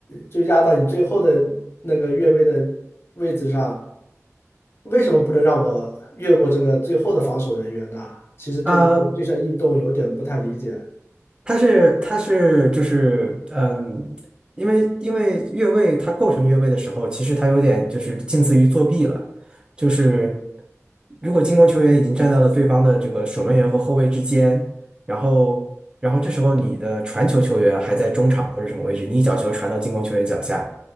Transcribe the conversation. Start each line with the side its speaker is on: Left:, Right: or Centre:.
Left: 就压到你最后的那个越位的位置上，为什么不能让我越过这个最后的防守人员呢？其实对这个这项运动有点不太理解。
Right: 啊。它是它是就是嗯，因为因为越位它构成越位的时候，其实它有点就是近似于作弊了，就是如果进攻球员已经站在了对方的这个守门员和后卫之间，然后然后这时候你的传球球员还在中场或者什么位置，你一脚球传到进攻球员脚下，